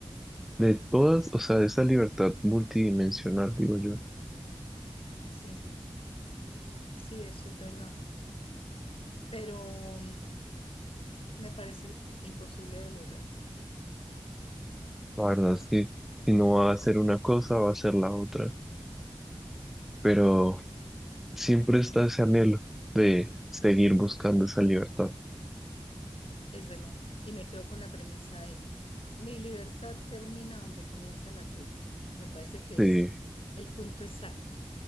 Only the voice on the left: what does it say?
Sí, sí, eso es verdad, pero mm, me parece imposible de lograr,
es verdad. Y me quedo con la premisa de mi libertad termina donde comienza la tuya. Me parece que
es el punto exacto.